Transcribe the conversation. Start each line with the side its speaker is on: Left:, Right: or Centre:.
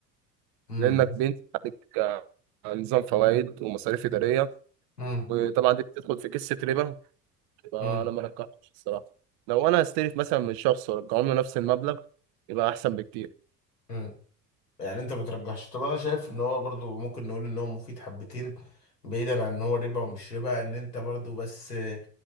Left: امم
Right: لانك بنت عليك آه، نظام فوائد ومصاريف اداريه
Left: امم
Right: وطبعا دي بتدخل في قصه ربا فانا
Left: امم
Right: ما ارجحهاش الصراحه لو انا استلف مثلا من شخص وارجعهم له نفس المبلغ يبقى احسن بكتير
Left: امم. يعني انت بترجحش طب انا شايف ان هو برضو ممكن نقول ان هو مفيد حبتين بعيدا عن ان هو ربا ومش ربا ان انت برضو بس آه،